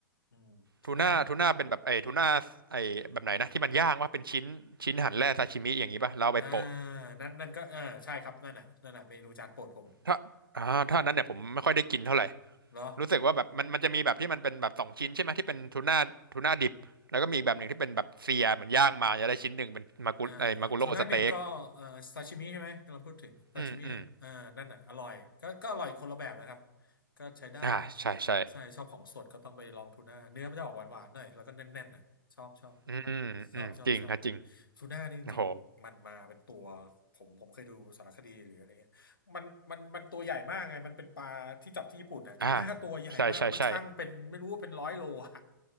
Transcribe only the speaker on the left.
อืมทูน่า
อ่านั่นนั่นก็เออใช่ครับนั่นน่ะนั่นน่ะเมนูจานโปรดผม
เนาะ
เอ่อทูน่าดิบก็เอ่อซาชิมิใช่ไหมกำลังพูดถึงซาชิมิอ่ะเอ่านั่นน่ะอร่อยก็ก็อร่อยคนละแบบนะครับ
ก็ใช้ได้
ใช่ชอบของสดก็ต้องไปลองทูน่าเนื้อมันจะออกหวานๆหน่อยแล้วก็แน่นๆน่ะชอบชอบ
ชอบชอบชอบทูน่านี่จริงๆมันมาเป็นตัว
ผมผมเคยดูสารคดีหรืออะไร มันมันมันตัวใหญ่มากไงมันเป็นปลาที่จับที่ญี่ปุ่นอ่ะทุกหน้าตัวใหญ่มากแล้วมันช่างเป็นไม่รู้ว่าเป็นร้อยโลอ่ะ